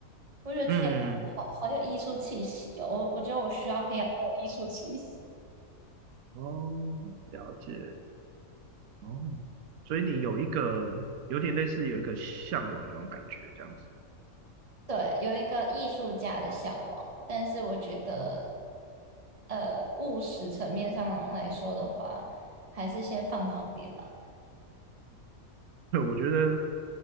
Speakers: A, on the right (about 30°); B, on the right (about 85°).
A: 我觉得天啊，
B: 嗯，嗯
A: 好好有艺术气息哦，我我觉得我需要培养这种艺术气息。
B: 哦，了解，哦，所以你有一个有点类似有一个向往那种感觉，这样子，
A: 对，有一个艺术家的向往，但是我觉得，
B: 嗯
A: 呃，务实层面上来说的话，还是先放旁边吧。
B: 对，我觉得